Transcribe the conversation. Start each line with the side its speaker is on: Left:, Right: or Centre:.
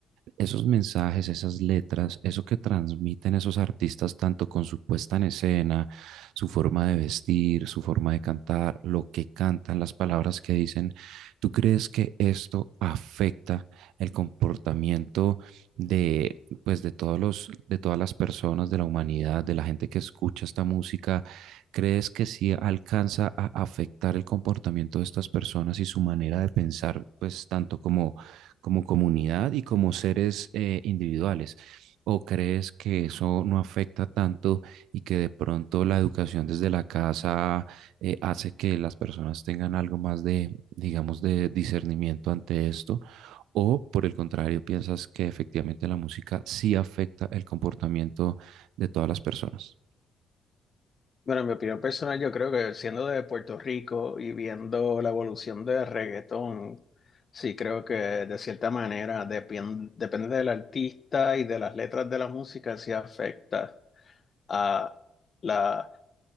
Right: esos mensajes, esas letras, eso que transmiten esos artistas tanto con su puesta en escena, su forma de vestir, su forma de cantar, lo que cantan, las palabras que dicen, ¿tú crees que esto afecta el comportamiento de pues de todos los, de todas las personas de la humanidad, de la gente que escucha esta música, ¿crees que sí alcanza a afectar el comportamiento de estas personas y su manera de pensar, pues tanto como, como comunidad y como seres eh, individuales? ¿O crees que eso no afecta tanto y que de pronto la educación desde la casa eh, hace que las personas tengan algo más de, digamos, de discernimiento ante esto o por el contrario, piensas que efectivamente la música sí afecta el comportamiento de todas las personas.
Left: Bueno, en mi opinión personal, yo creo que siendo de Puerto Rico y viendo la evolución del reggaetón, sí creo que de cierta manera depien- depende del artista y de las letras de la música, sí afecta a la